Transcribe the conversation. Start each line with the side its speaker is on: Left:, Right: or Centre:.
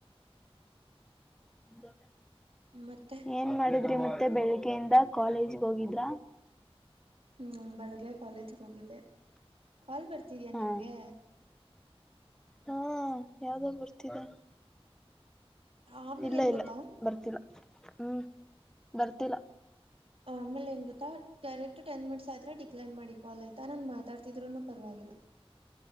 Centre: <inaudible> <unintelligible>
Right: ಮತ್ತೆ
Centre: ಏನ್ ಮಾಡಿದ್ರಿ ಮತ್ತೆ ಮತ್ತೆ ಬೆಳಿಗ್ಗೆಯಿಂದ ಕಾಲೇಜ್ಗೆ ಹೋಗಿದ್ರ
Right: ಹ್ಮ ಬೆಳಗ್ಗೆ ಕಾಲೇಜಿಗೆ ಹೋಗಿದ್ದೆ ಕಾಲ್ ಬರ್ತಿದಯಾ
Centre: ಹಾ
Right: ನಿಮಗೆ
Centre: ಹಾ ಯಾವ್ದೋ ಬರ್ತಿದೆ
Right: ಆಮೇಲೆ
Centre: ಇಲ್ಲ
Right: ಏನು
Centre: ಇಲ್ಲ
Right: ಗೊತ್ತಾ
Centre: ಬರ್ತಿಲ್ಲ ಹ್ಮ್ ಬರ್ತಿಲ್ಲ
Right: ಆಮೇಲೆ ಏನ್ ಗೊತ್ತಾ ಡೈರೆಕ್ಟ್ ಟೆನ್ ಮಿಟ್ಸ್ ಆದ್ರೆ ಡಿಕ್ಲೈರ್ ಮಾಡಿ ಕಲ್ ಆಯತು ತನು ಮಾತಾಡ್ತಿದ್ರೂ ಪರವಾಗಿಲ್ಲ